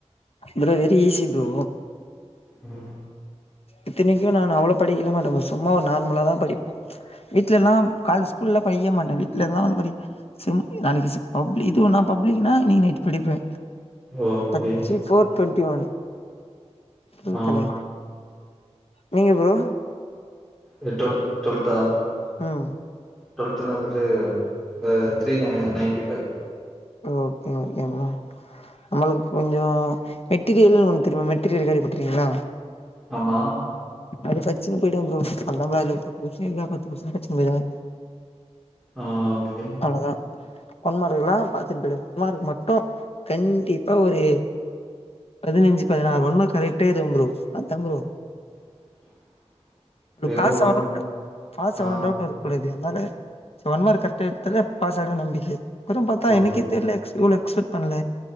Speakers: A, on the left; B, in the centre.
A: bro very easy bro
B: ஆ
A: இத்தனைக்கு நானு அவ்ளோ படிக்கலா மாட்டே ப்ரோ சும்மா ஒரு நார்மலா தா படிப் வீட்லல்லா கால்ல ஸ்கூல்ல படிக்க மாட்டே வீட்லல்லா படி செம் நாளக்கி செம் பப்ளிக் இதுவு நா பப்ளிக் நா இன்னக்கி நைட் படிப்பே
B: ஓகே
A: படிச்சி போர் டொன்டி ஒன் டூவெல்த்ல
B: ஆ
A: நீங்க ப்ரோ
B: இந்த டூவல் டுவல்த்தா
A: ம்
B: டு்வல்த்ல வந்துட்டு இப்ப த்ரீ நய நயன்டி ஃபைவ்
A: ஓகே ஓகேங்க நம்மளுக்கு கொஞ்சோ மெட்டீரியல்ன்னு ஒன்னு தெரியுமா மெட் டீரியல் கேள்வி பற்றுக்கீங்களா
B: ஆமா
A: அது படிச்சினு போயிடுவே ப்ரோ அதுதா ப்ரோ அதுல பத்து கொஷ்டீன் இருக்கா பத்து கொஸ்டீனு படிச்சினு போயிடுவே
B: ஆ ஓகே
A: அவ்ளோதா ஒன்மார்க்ல்லா பாத்துட்டு போயிடுங்க ஒன்மார்க் மட்டு கண்டிப்பா ஒரு பதினஞ்சு பதினாறு ஒன் மார்க் கரெக்டா எழுதுவ ப்ரோ அதா ப்ரோ
B: <inaudible> வெறும்
A: பாஸ்
B: ஒன்
A: ஆனு பாஸ் ஆவனு
B: ஆ
A: டவுட் வர கூடாது அதனால ஒன் மார்க் கரெக்டா எடுத்தாலே பாஸ் ஆயிடுவன்னு நம்பிக்க அதுக் அப்புற பாத்தா
B: ஓகே
A: எனக்கே தெரில இவ்ளோ எக்ஸ்பெக்ட் பண்ல